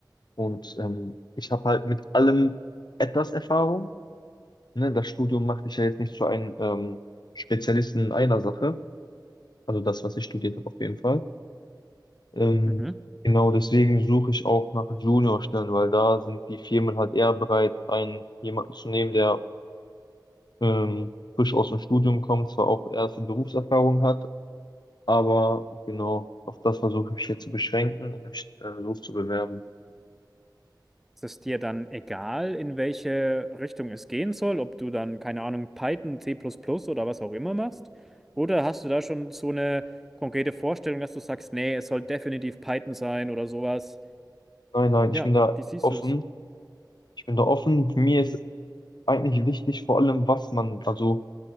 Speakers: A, on the left; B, in the centre.
A: Und ähm, ich habe halt mit allem etwas Erfahrung. Ne? Das Studium macht dich ja jetzt nicht zu einem ähm, Spezialisten in einer Sache. Also das, was ich studiert habe, auf jeden Fall. Ähm,
B: Mhm.
A: genau deswegen suche ich auch nach Juniorstellen, weil da sind die Firmen halt eher bereit, einen jemanden zu nehmen, der ähm, frisch aus dem Studium kommt, zwar auch erste Berufserfahrung hat, aber genau auf das versuche ich mich hier zu beschränken und mich äh, los zu bewerben.
B: Ist es dir dann egal, in welche Richtung es gehen soll, ob du dann, keine Ahnung, Python, C++ plus plus oder was auch immer machst? Oder hast du da schon so eine konkrete Vorstellung, dass du sagst, nee, es soll definitiv Python sein oder sowas?
A: Nein, nein, ich
B: Ja,
A: bin da
B: wie siehst
A: offen.
B: du das?
A: Ich bin da offen. Für mich ist eigentlich wichtig, vor allem, was man, also,